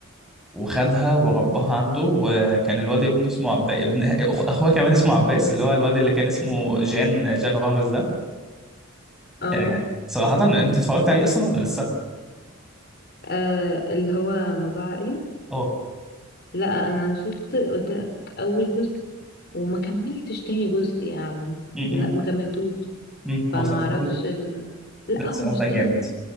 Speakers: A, in the centre; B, on the left (about 50°).
A: وخدها ورباها عنده وكان الواد ابنه اسمه عباس ابن أخ- اخوه كمان اسمه عباس اللي هو الواد اللي كان اسمه جان جان رامز ده
B: اه
A: أه صراحة انت اتفرجت عليه اصلا ولا لسه؟
B: اه اللي هو موضوع عائلي
A: اه
B: لا انا شفت قلت لك اول جزء وما كملتش تاني جزء يعني
A: م-
B: لا
A: م-
B: ما كملتوش
A: م.
B: فما
A: هو صراحة
B: اعرفش ال... لا
A: لا
B: هو
A: صلاح
B: مش
A: ده جامد
B: ده